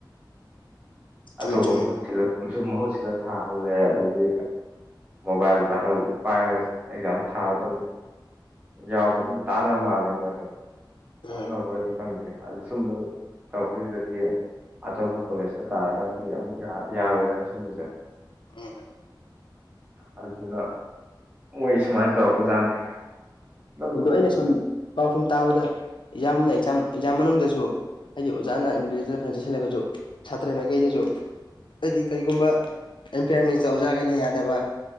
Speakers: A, on the left (about 80°); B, on the right (about 20°).
A: ꯆꯨꯝꯃꯤ
B: ꯑꯇꯣꯞꯄ
A: ꯆꯨꯝꯃꯤ
B: ꯃꯍꯨꯠ ꯁꯤ ꯃꯍꯨꯠ ꯁꯤꯜꯂ ꯊꯥꯍꯜꯂꯦ ꯑꯗꯩꯗꯤ ꯃꯣꯕꯥꯏꯜ ꯄꯥꯏꯍꯜ ꯄꯥꯏꯔꯒ ꯑꯦꯛꯖꯥꯝ ꯊꯥꯕ ꯑꯗꯨꯝ ꯌꯥꯎꯕ ꯑꯗꯨꯝ ꯇꯥꯟꯅꯕ ꯃꯥꯜꯂꯦ ꯃꯣꯏꯗꫭ
A: ꯎꯝ
B: ꯌꯥꯎꯅꯕꯗꯤ ꯈꯪꯗꯦ ꯑꯗꯨ ꯁꯨꯝꯕ ꯇꯧꯔꯄꯁꯤꯗꯗꯤ ꯑꯇꯣꯞꯄ ꯀꯣꯂꯦꯖꯇ ꯇꯥꯔꯒꯗꯤ ꯑꯃꯨꯛ ꯌꯥꯔꯣꯏꯗꯅ ꯁꯨꯝꯕꯁꯦ
A: ꯎꯝ
B: ꯑꯗꯨꯗꯨꯅ ꯃꯣꯏ ꯁꯨꯃꯥꯏꯅ ꯇꯧꯔꯛꯄꯖꯥꯠꯅꯤ ꯑꯗꯨꯝ
A: ꯑꯗꯣ ꯑꯩꯅ ꯁꯨꯝ ꯄꯥꯎ ꯁꯨꯝ ꯇꯥꯕꯗ ꯑꯦꯛꯖꯥꯝꯅ ꯑꯦꯛꯖꯥꯝ ꯑꯦꯛꯖꯥꯝ ꯃꯅꯨꯡꯗꯁꯨ ꯍꯥꯏꯗꯤ ꯑꯣꯖꯥꯅ ꯏꯟꯕꯤꯖꯤꯂꯦꯇꯔꯅ ꯐꯅ ꯆꯦꯁꯤꯜꯂꯒꯁꯨ ꯁꯥꯇ꯭ꯔ ꯃꯥꯏꯀꯩꯗꯁꯨ ꯍꯥꯏꯗꯤ ꯀꯔꯤꯒꯨꯝꯕ ꯑꯦꯟꯐꯤꯌꯥꯔꯃꯦꯟꯁꯇ ꯑꯣꯖꯥꯈꯩꯅ ꯌꯥꯗꯕ